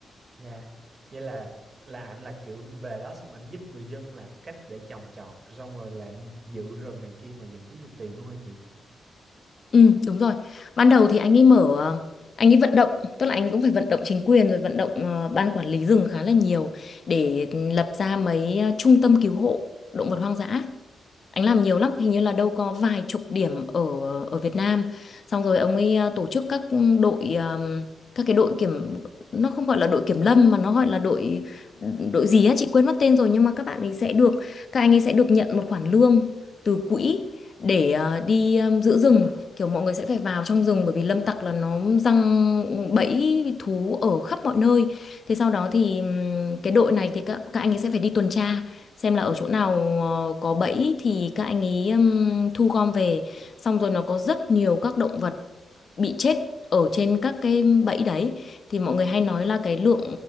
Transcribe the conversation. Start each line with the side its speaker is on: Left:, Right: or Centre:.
Right: Dạ. Vậy là là ảnh là kiểu về đó xong ảnh giúp người dân là cách để trồng trọt xong rồi là giữ rừng này kia mà vẫn kiếm được tiền luôn hả chị?
Left: Ừ, đúng rồi. Ban đầu thì anh ấy mở ờ, anh ấy vận động, tức là anh cũng phải vận động chính quyền rồi vận động ờ, ban quản lý rừng khá là nhiều để lập ra mấy ờ, trung tâm cứu hộ động vật hoang dã. Anh làm nhiều lắm, hình như là đâu có vài chục điểm ở ở Việt Nam. Xong rồi ông ấy à, tổ chức các đội à, các cái đội kiểm nó không gọi là đội kiểm lâm mà nó gọi là đội đội gì á chị quên mất tên rồi nhưng mà các bạn ấy sẽ được các anh ấy sẽ được nhận một khoản lương từ quỹ để à, đi à, giữ rừng. Kiểu mọi người sẽ phải vào trong rừng bởi vì lâm tặc là nó giăng bẫy thú ở khắp mọi nơi. Thế sau đó thì ừm, cái đội này thì các các anh ấy sẽ phải đi tuần tra xem là ở chỗ nào ờ, có bẫy thì các anh ấy ừm, thu gom về xong rồi nó có rất nhiều các động vật bị chết ở trên các cái bẫy đấy thì mọi người hay nói là cái lượng